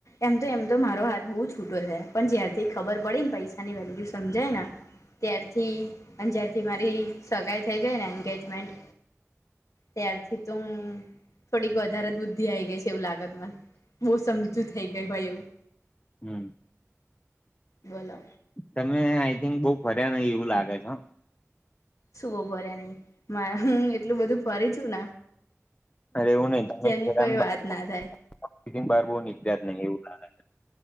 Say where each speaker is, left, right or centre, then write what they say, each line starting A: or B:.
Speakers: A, on the left (about 80°); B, on the left (about 30°).
A: એમ તો એમ તો મારો હાથ બહુ છૂટો છે પણ જ્યારથી ખબર પડી ને પૈસાની વેલ્યુ સમજાય ત્યારથી અને જ્યારથી મારી સગાઈ થઈ ગઈ ને એંગેજમેન્ટ ત્યારથી તો થોડીક વધારે જ બુદ્ધિ આ ગઈ છે એવું લાગછ મન સમજુ થઈ ગયું હોય એવું
B: હમ.
A: બોલો
B: તમે આઈ થિંક બઉ ફર્યા નહી એવું લાગે છે હો
A: સુ બો ફરયા નહી મારા હું એટલું બધું ફરી છું
B: અરે એવું નહિ તમે
A: જેની
B: ખેને
A: કોઈ વાત ના થાય
B: બાર બહુ નીકળ્યા જ નહી એવું લાગે